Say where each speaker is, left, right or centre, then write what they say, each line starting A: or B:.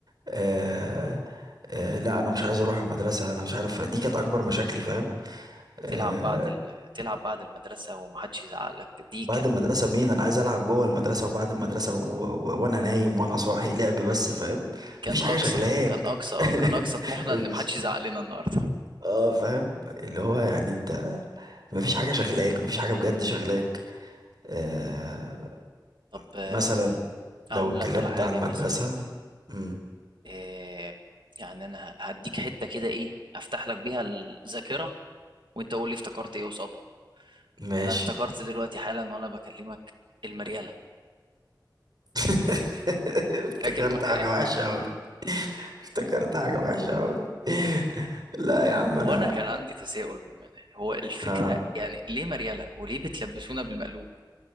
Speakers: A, on the right; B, on the right.
A: آه... آه... لا انا مش عايز اروح المدرسة انا مش عارف دي كانت اكبر مشاكلي فاهم آه،
B: تلعب بعد ال... تلعب بعد المدرسة ومحدش يزعق لك دي
A: بعد
B: كان
A: المدرسة مين أنا عايز ألعب جوه المدرسة وبعد المدرسة و... و... وأنا نايم وأنا صاحي لعب بس فاهم
B: كان
A: مفيش حاجة
B: أقصى
A: شغلاك
B: كان أقصى آه، كان
A: <laughs>
B: أقصى طموحنا
A: مفيش
B: إن محدش يزعق لنا النهاردة
A: اه فاهم اللي هو يعني أنت مفيش حاجة شغلاك مفيش حاجة بجد شغلاك آه...
B: طب آه،
A: مثلا لو
B: أقول
A: اتكلمت
B: لك على حاجة
A: على المدرسة
B: مثلا
A: مم.
B: آه، يعني أنا هديك حتة كده إيه أفتح لك بيها الذاكرة وانت قول لي افتكرت ايه قصادها
A: ماشي
B: انا افتكرت دلوقتي حالا وانا بكلمك المريالة
A: <laughs> افتكرت
B: فاكر المريالة
A: حاجة وحشة أوي افتكرت حاجة وحشة أوي <laughs> لا يا عم
B: هو
A: أنا
B: انا كان عندي تساؤل بامانه يعني هو الفكره
A: آه.
B: يعني ليه مريالة وليه بتلبسونا بالمقلوب